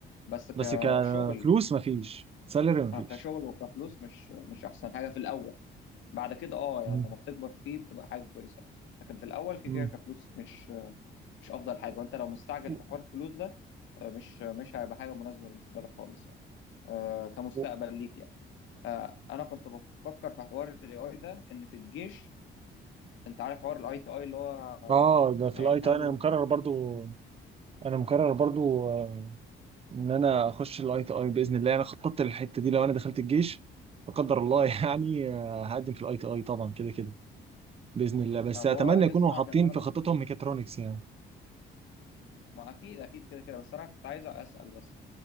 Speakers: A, on the left; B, on the right.
A: بس كشغل
B: بس كفلوس مفيش سالري مفيش
A: آه، كشغل وكفلوس مش مش احسن حاجه في الاول بعد كده اه يعني
B: مم.
A: لما بتكبر فيه بتبقى حاجه كويسه لكن في الاول كده
B: مم.
A: كده كفلوس مش مش افضل حاجه وانت لو مستعجل
B: و-
A: في حوار الفلوس ده آه، مش مش هيبقى حاجه مناسبه بالنسبه لك خالص يعني آه، كمستقبل
B: و-
A: ليك يعني آه، انا كنت بفكر في حوار الاي اي ده ان في الجيش انت عارف حوار الاي تي اي اللي هو آه،
B: اه ده في
A: هيخلوا
B: الاي تي انا مكرر برضو انا مكرر برضو آه، ان انا اخش الاي تي اي باذن الله انا خططت للحته دي لو انا دخلت الجيش لا قدر الله <laughs> يعني آه، هقدم في الاي تي اي طبعا كده كده باذن الله بس
A: طب
B: اتمنى
A: هو يسطا
B: يكونوا حاطين
A: عشان انا
B: في
A: بس
B: خطتهم ميكاترونكس يعني
A: ما اكيد اكيد كده كده بس انا كنت عايز اسال بس